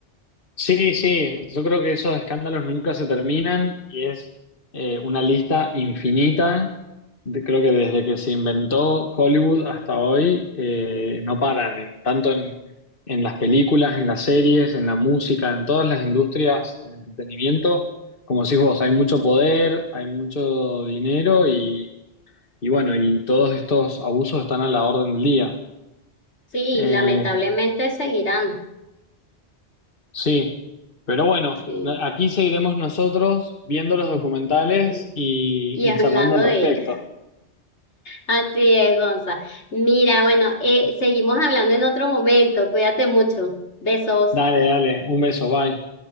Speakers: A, on the left (about 50°); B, on the left (about 85°).
A: Sí, sí, yo creo que esos escándalos nunca se terminan y es eh, una lista infinita. De- creo que desde que se inventó Hollywood hasta hoy eh, no paran, en- tanto en, en las películas, en las series, en la música, en todas las industrias del entretenimiento. Como decís vos, hay mucho poder, hay mucho dinero y, y bueno, y todos estos abusos están a la orden del día.
B: sí,
A: Eh,
B: y lamentablemente seguirán.
A: Sí, pero bueno,
B: Sí.
A: no- aquí seguiremos nosotros viendo los documentales
B: <laughs>
A: y,
B: Y
A: y
B: hablando
A: charlando al
B: de
A: respecto.
B: ellos. Así es, Gonza. Mira, bueno, eh, seguimos hablando en otro momento. Cuídate mucho. Besos.
A: Dale, dale, un beso, bye.